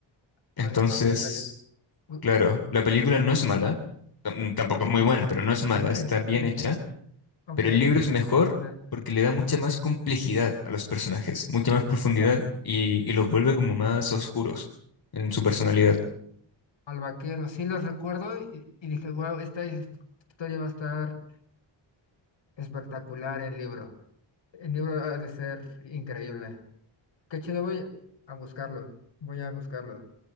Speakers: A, on the left; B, on the left.
A: Entonces,
B: A la pantalla. U-
A: claro, la película no es mala, tam- tampoco es muy buena, pero no es mala, está
B: Sí,
A: bien
B: sí,
A: hecha,
B: sí. Ok.
A: pero el libro es mejor
B: Bastante
A: porque le da mucha más complejidad a los personajes, mucha más profundidad
B: claro.
A: y, y los vuelve como más oscuros en su personalidad.
B: Al vaquero, sí los recuerdo y, y dije, wow, esta his- historia va a estar espectacular en libro. El libro ha de ser increíble. Qué chido, voy a buscarlo. Voy a buscarlo.